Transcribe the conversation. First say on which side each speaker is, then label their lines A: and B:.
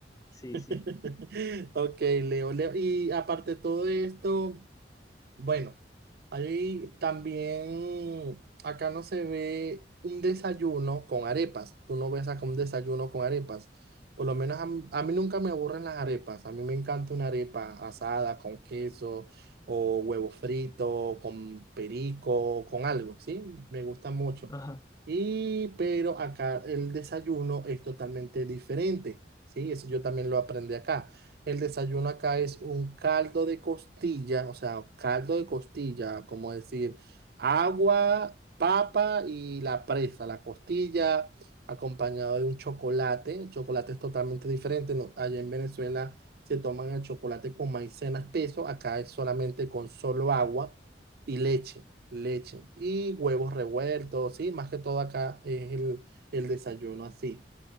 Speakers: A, on the left; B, on the right.
A: Sí,
B: <laughs>
A: sí.
B: Ok, Leo, Leo. Y aparte de todo esto, Bueno, ahí también, acá no se ve un desayuno con arepas. Tú no ves acá un desayuno con arepas. Por lo menos a mí, a mí nunca me aburren las arepas. A mí me encanta una arepa asada con queso o huevo frito, con perico, con algo, ¿sí? Me gusta mucho.
A: Ajá.
B: Y, pero acá el desayuno es totalmente diferente, ¿sí? Eso yo también lo aprendí acá. El desayuno acá es un caldo de costilla, o sea, caldo de costilla, como decir, agua, papa y la presa, la costilla, acompañado de un chocolate. El chocolate es totalmente diferente, ¿no? Allá en Venezuela se toman el chocolate con maicena espeso, acá es solamente con solo agua y leche, leche y huevos revueltos, sí, más que todo acá es el, el desayuno así